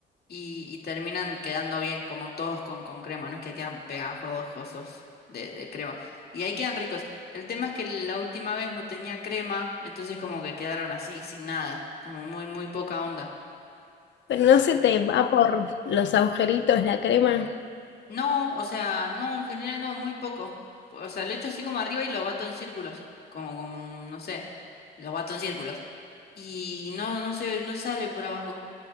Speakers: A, on the left; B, on the left.
A: y, y terminan quedando bien, como todos con, con crema, no es que quedan pegajosos de, de crema. Y ahí quedan ricos. El tema es que la última vez no tenía crema, entonces como que quedaron así, sin nada, como muy, muy poca onda.
B: Pero no se te va por los agujeritos la crema.
A: No, o sea, no, en general no, muy poco. O sea, lo echo así como arriba y lo bato en círculos. Como, como, mm, no sé, lo bato en círculos. Y no, no se, no sale por abajo.